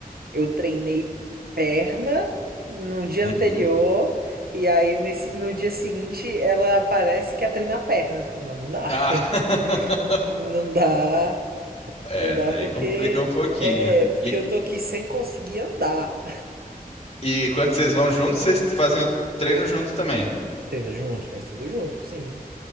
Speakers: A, on the right; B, on the left.
A: Eu treinei perna no dia
B: Uhum.
A: anterior, e aí nesse, no dia seguinte ela parece que quer treinar perna. Eu falo, não, não dá.
B: Ah,
A: <laughs>
B: <laughs>
A: Não dá,
B: é,
A: não dá
B: daí
A: porque
B: complica um pouquinho.
A: é porque
B: E,
A: eu tô aqui sem conseguir andar.
B: e quando vocês vão juntos, vocês fazem o treino juntos também.
A: <laughs> Treina junto, faz tudo junto, sim.